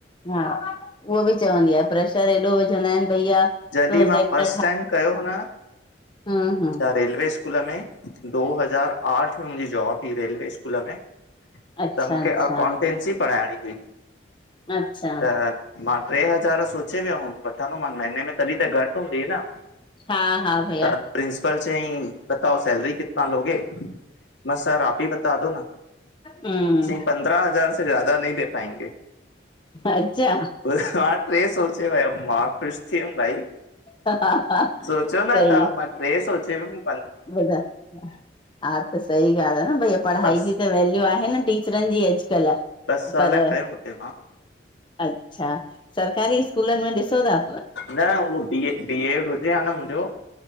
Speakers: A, on the left; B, on the left.
A: हा उह बि चवंदी आ प्रेशर एॾो विझंदा आहिन भईया।
B: जॾहिं
A: प्रोजेक्ट
B: मां फस्ट टाइम कयो हो न
A: हम्म हम्म
B: त रेलवे स्कूल में दो हज़ार आठ में मुंजी जॉब हुइ रेलवे स्कूल में।
A: अच्छा
B: त मूंखे
A: अच्छा
B: अकाउंटेंसी पढ़ाइणी हुई
A: अच्छा
B: त मां ट्रे हज़ार सोचे वयो हुम वठंदोमान महिने में तॾहिं त घट हूंदी ही न।
A: हा हा भैया
B: त प्रिंसिपल चई बताओ सैलरी कितना लोगे? मां, सर आप ही बाता दो न
A: हूं
B: चई पंद्रह हज़ार से ज़्यादा नहीं दे पाएंगे
A: अच्छा
B: बुधायो हाण ट्रे सोचे वयम मां ख़ुश थी वयूम भाई
A: हा हा
B: सोचयो न
A: सही
B: त्हां ट्रे सोचे वयुम
A: ॿुधाए हा त सही ॻाल आ न भई पढ़ाई
B: बस
A: जी त वैल्यू आहे न टीच चिरन जी अॼुकल्ह।
B: दस साल
A: पर
B: कयम हुते मां।
A: अच्छा सरकारी स्कूलन में ॾिसो ता
B: न उहो बीए बी एड हुजे हा न मुंजो